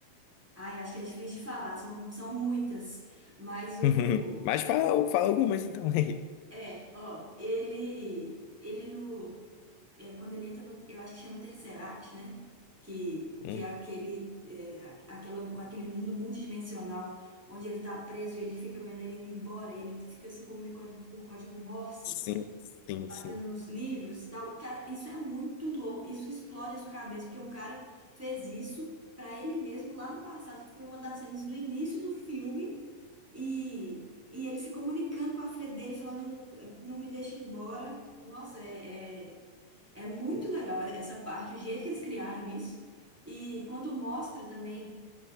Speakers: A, in the centre; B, on the left.
A: Ai, acho que é difícil de falar, são, são muitas, mas o...
B: <laughs> Mas fala, fala algumas então <laughs> aí.
A: É, ó, ele, ele no é, quando ele entra no, eu acho que chama Tercerat, né? Que, que
B: Hum,
A: é aquele, é, a- aquela, aquele mundo multidimensional onde ele tá preso e ele fica vendo ele indo embora, e ele fica se comunicando por código Morse,
B: Sim, sim,
A: batendo
B: sim.
A: nos livros e tal. Cara, isso é muito louco, isso explode a sua cabeça, porque o cara fez isso pra ele mesmo lá no passado, que foi uma das cenas do início do filme, e, e ele se comunicando com a filha dele, falando, não me deixa ir embora. Nossa, é... é- é muito legal essa parte, o jeito que eles criaram isso. E quando mostra também